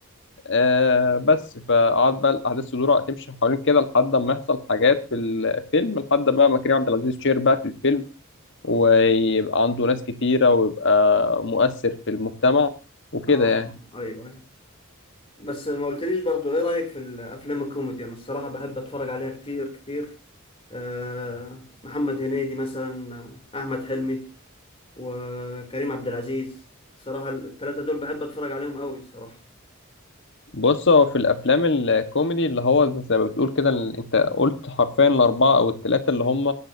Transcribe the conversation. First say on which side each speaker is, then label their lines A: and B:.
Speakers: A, on the left; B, on the left.
A: آه، بس فقعد بقى الأحداث تدور تمشي حوالين كده لحد ما يحصل حاجات في الفيلم لحد بقى ما كريم عبد العزيز شير بقى في الفيلم ويبقى عنده ناس كتيرة ويبقى مؤثر في المجتمع وكده
B: آه،
A: يعني
B: ايوه ايوه بس ما قلتليش برضو ايه رأيك في الافلام الكوميدي انا الصراحة بحب اتفرج عليها كتير كتير آه، محمد هنيدي مثلا آه، احمد حلمي وكريم عبد العزيز الصراحة الثلاثة دول بحب اتفرج عليهم قوي الصراحة
A: بص هو في الافلام الكوميدي اللي هو زي ما بتقول كده ال- انت قلت حرفيا الاربعه او الثلاثه اللي هم